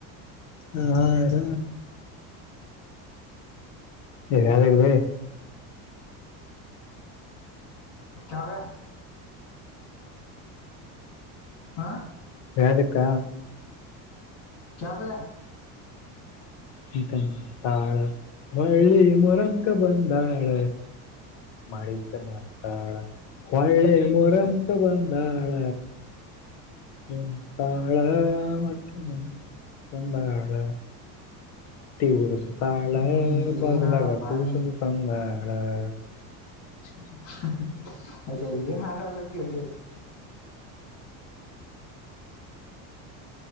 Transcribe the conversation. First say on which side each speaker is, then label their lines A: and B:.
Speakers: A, on the left; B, on the left.
A: ಹಾ ಯಾರ. <unintelligible>
B: ಚಾವೇ. ಹಾ
A: ಅದಕ್ಕ
B: ಚಾಗಾ <unintelligible>
A: ಮಂತೆ ಮಾಡ್ತಾಳ ಒಳ್ಳಿ ಮರಮಕ ಬಂದಾಳ. ಮಾಳ ಜ ಮಾರತಳ ಒಳ್ಳೆ <unintelligible> ಬಂದಾಳ ಎಂತಾಳ ಮಟ್ಟ ಹೊಂದಾಳ ಉರ್ಸ ತಾಳ
B: ಹ್ಮ್
A: ಬಾಗಲಾಗ
B: ಏನ್ ಹಾಡಪ್ಪಾ
A: ಕೂಸಂದ
B: ನೀ
A: ತಂದ ಹ <inaudible>
B: <unintelligible> ಅಯ್ ಏನ್ ಹಾಡಲತ್ತ ಅಲ್ಲಿ